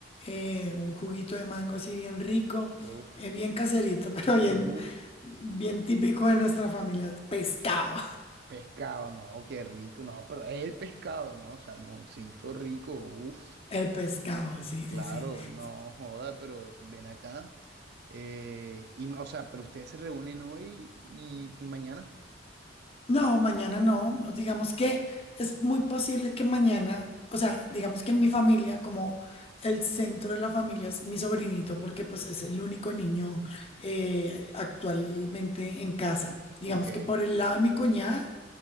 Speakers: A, on the left; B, on the right.
A: eh, un juguito de mango así bien rico,
B: Uf.
A: eh, bien caserito, <laughs> pero bien...
B: ujú.
A: Bien típico de nuestra familia, pescado.
B: Pescado, no, qué rico. No, pero el pescado, ¿no? Salmoncito rico. Uf.
A: El pescado, sí,
B: Claro,
A: sí, sí.
B: no
A: Y-
B: joda, pero ven acá. eh, y, ma- o sea, pero ustedes se reúnen hoy y, y mañana.
A: No, mañana no. Digamos que es muy posible que mañana, o sea, digamos que en mi familia, como el centro de la familia es mi sobrinito, porque pues es el único niño eh, actualmente en casa. Digamos
B: Ok,
A: que por el lado de mi cuñada.